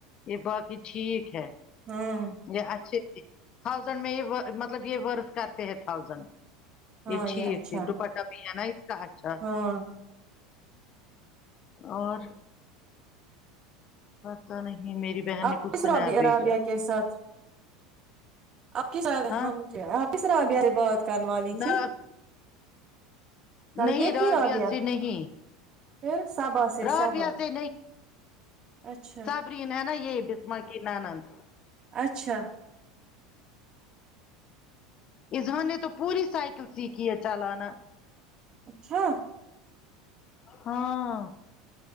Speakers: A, on the left; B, on the right.
A: یہ باقی ٹھیک ہے
B: ہاں
A: یہ اچھے تھے تھاؤزینڈ میں یہ مطلب یہ ورت کرتے ہیں تھاؤزینڈ
B: ہاں
A: یہ ٹھیک
B: اچھا
A: تھی دوپٹہ بھی ہے نا اس کا اچھا
B: ہاں
A: اور پتا نہیں میری بہن
B: آپ
A: نے کچھ
B: کس
A: اسنپ
B: رابع
A: بھیجا
B: رابعہ کے ساتھ کس طرح
A: ہاں
B: آپ سے بات کرنے والی تھی
A: نہ نہیں
B: یہ تھی
A: رابعہ
B: رابیہ
A: سے نہیں
B: پھر صبا سے
A: رابعہ
B: صبا
A: سے
B: اچھا
A: فرین ہے نا یہ بسما کی نند
B: اچھا
A: اظہان نے تو پوری سائیکل سیکھی ہے چالانا
B: اچھا
A: ہاں